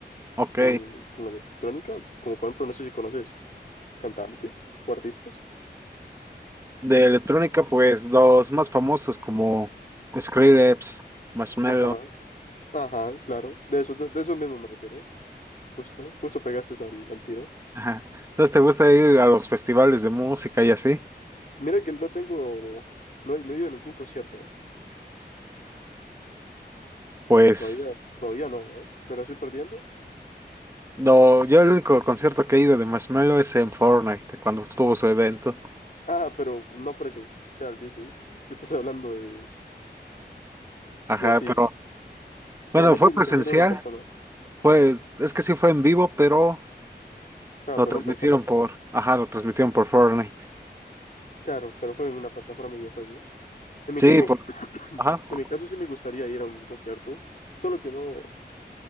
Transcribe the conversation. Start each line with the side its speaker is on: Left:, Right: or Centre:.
Right: ok,
Left: con, con electrónica, como por ejemplo, no sé si conoces cantantes o artistas.
Right: de electrónica, pues los más famosos como Skrillex, Marshmello.
Left: Ajá, ajá, claro, de eso, de, de eso mismo me refiero, justo, justo pegaste al al tiro.
Right: Ajá. Entonces, ¿te gusta ir a los festivales de música y así?
Left: Mira que no tengo, no, he- no he ido a ningún concierto, ¿eh?
Right: Pues
Left: Todavía, todavía no, ¿eh? Me la estoy perdiendo.
Right: No, yo el único concierto que he ido de Marshmello es en Fortnite, cuando estuvo su evento.
Left: Ah, pero no presencial, dices. Te estás hablando de,
Right: Ajá,
Left: de así.
Right: pero bueno,
Left: No, a mí
Right: fue
Left: sí me
Right: presencial,
Left: gustaría ir a uno en persona.
Right: pues es que sí fue en vivo, pero
Left: Ah,
Right: lo
Left: pero
Right: transmitieron
Left: no en persona.
Right: por, ajá, lo transmitieron por Fortnite.
Left: Claro, pero fue en una plataforma de videojuego. En
Right: Sí,
Left: mi caso,
Right: por, ajá.
Left: en mi caso sí me gustaría ir a un concierto. Solo que no,